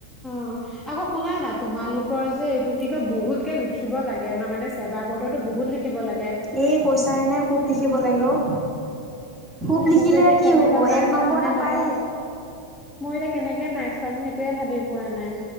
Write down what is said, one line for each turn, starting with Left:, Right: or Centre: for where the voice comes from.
Centre: অ' আকৌ শুনা না তোমালোকৰ যে এইটো কি কয় বহুতকে লিখিব লাগে ন মানে ছেৱা বৰ্ডো বহু লিখিব লাগে
Right: এই কৈছা হেনে খুব লিখিব লাগে অ' খুব লিখিলে
Centre: মই যে এতিয়া
Right: কি
Centre: কেনেকা
Right: হ'ব
Centre: ম্
Right: এক নম্বৰ
Centre: পাম নে
Right: এটা
Centre: নাপাম
Right: পায়হে।
Centre: মই কেনেকে মাৰ্কছ পাম সেইটোয়ে ভাবি পোৱা নাই।